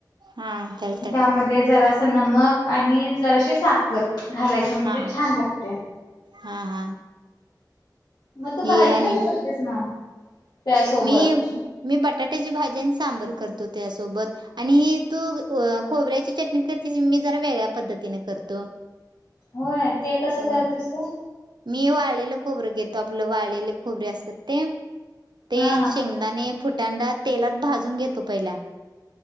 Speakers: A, on the right (about 75°); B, on the left (about 65°).
A: हा त्याला तर
B: त्यामध्ये जरासं नमक आणि जराशी साखर. घालायचे म्हणजे
A: हा
B: छान लागतय.
A: हा हा.
B: म तू
A: ही
B: भाजी
A: आणि
B: कस करतीस मग? त्यासोबत
A: मी मी बटाट्याची भाजी आणि सांबर करतो. त्यासोबत आणि तू व खोबऱ्याची चटणी करतीस मी जरा वेगळ्या पद्धतीने करतो.
B: होय ते कसं
A: हो
B: करतेस तू?
A: मी वाळेलेल खोबरं घेतो आपलं वाळेले खोबरे असतात ते. ते
B: हा
A: शेंगदाणे, फुट त्या तेलात भाजून घेतो पहिला.